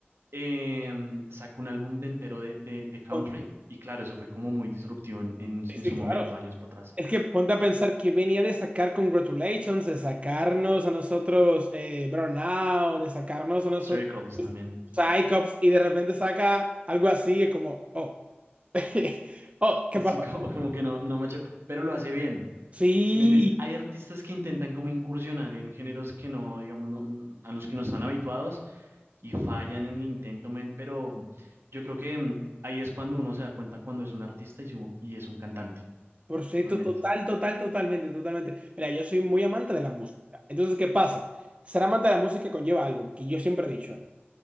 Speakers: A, on the right; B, on the right.
A: em, sacó un álbum de entero de, de- de country
B: Pon-
A: y claro, eso fue como muy disruptivo en, en-
B: Sí,
A: en
B: sí,
A: su momento,
B: claro.
A: años para atrás.
B: Es que ponte a pensar que venía de sacar Congratulations, de sacarnos a nosotros eh, Burnout, de sacarnos a nosotros
A: Circles también. <laughs>
B: Psycops, y de repente saca algo así, es como, oh, <laughs> oh, ¿qué
A: Sí,
B: pasa?
A: como, como que no, no macho, pero lo hace bien.
B: Sí.
A: Si me entiendes, hay artistas que intentan como incursionar en géneros que no, digamos, no- n- a los que no están habituados y fallan en el intento, men, pero yo creo que mm, ahí es cuando uno se da cuenta cuando es un artista y, su- y es un cantante,
B: Por supuesto,
A: realmente.
B: total, total, totalmente, totalmente. Mira, yo soy muy amante de la música. Entonces, ¿qué pasa? Ser amante de la música conlleva algo que yo siempre he dicho.